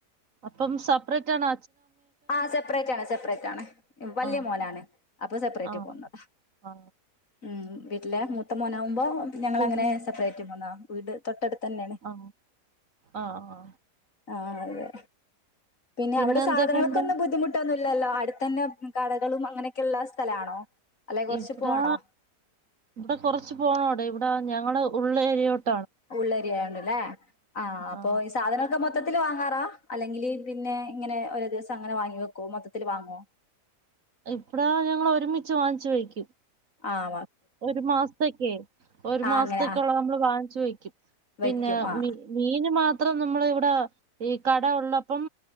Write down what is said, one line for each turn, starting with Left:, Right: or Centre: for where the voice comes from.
Right: അപ്പം സെപ്പറേറ്റ് ആണ്
Left: ആ സെപ്പറേറ്റ് ആണ് സെപ്പറേറ്റ് ആണ് വലിയ
Right: ആ
Left: മോനോണ് അപ്പൊ സെപ്പറേറ്റ്
Right: ആ
Left: പോകുന്നു
Right: ആ
Left: ഉം വീട്ടിലെ മൂത്ത മോനാ കുമ്പോ ഞങ്ങളങ്ങനെ
Right: പിൻ
Left: സെപ്പറേറ്റ് പോന്ന വീട് തൊട്ടടുത്ത് തന്നെയാണ്
Right: ആ ആ ആ
Left: ആ അതെ പിന്നെവിടെ
Right: പിന്നെ
Left: സാ
Right: എന്തൊക്കെയുണ്ട്
Left: ധനങ്ങൾക്ക് ഒന്നും ബുദ്ധിമുട്ടൊന്നും ഇല്ലല്ലോ അടുത്ത തന്നെ കടകളും അങ്ങനെയൊക്കെ ഉള്ള സ്ഥലാണോ അല്ലെ കുറച്ച്
Right: ഇവിടാ
Left: പോണോ
Right: ഇവിടെ കൊറച്ച് പോണോടെ ഇവിടെ ഞങ്ങള് ഉള്ള ഏരിയോട്ട്
Left: ഉള്ളേരിയ ആയോണ്ട് അല്ലേ ആഹ് അപ്പൊ
Right: ആ
Left: ഈ സാധനമൊക്കെ മൊത്തത്തിൽ വാങ്ങാറാ അല്ലെങ്കില് പിന്നെ ഇങ്ങനെ ഓരോ ദിവസം അങ്ങനെ വാങ്ങി വെക്കോ മൊത്തത്തിൽ വാങ്ങോ
Right: ഇപ്പടാ ഞങ്ങൾ ഒരുമിച്ച് വാങ്ങിച്ചു വയ്ക്കും
Left: ആ മ
Right: ഒരു മാസ്ത്തേക്കെ ഒരു മാസ്ത്തേക്കൊള്ള
Left: അങ്ങനെ ആ
Right: നമ്മള് വാങ്ങ്ച്ചു വയ്ക്കും പിന്നെ
Left: വയ്ക്കും ആ
Right: മീ മീന് മാ ത്രം നമ്മള് ഇവിടെ ഈ കട ഒള്ളപ്പം